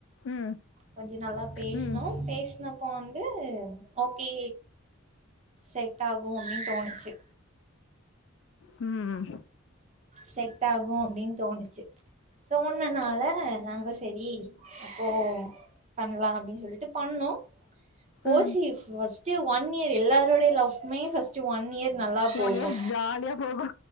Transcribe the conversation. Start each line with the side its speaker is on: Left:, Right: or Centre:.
Left: ம்.
Right: கொஞ்ச நாளா பேசுனோ
Left: ம்
Right: பேசுன அப் போ வந்து ஓகே செட் ஆகு அப்டின்னு தோணுச்சு
Left: ம்
Right: செட் ஆகு அப்டின்னு தோணுச்சு தோணுன்னால நாங்க செரி அப்போ பண்லா அப்டின்னு சொல்லிட்டு பண்ணோ போசி
Left: ம்
Right: ஃபஸ்ட்டு ஒன் இயரு எல்லாருடைய லவ்மே ஃபஸ்ட்டு ஒன் இயர் நல்லா போகு
Left: ஒன் இயர் ஜாலியா போகு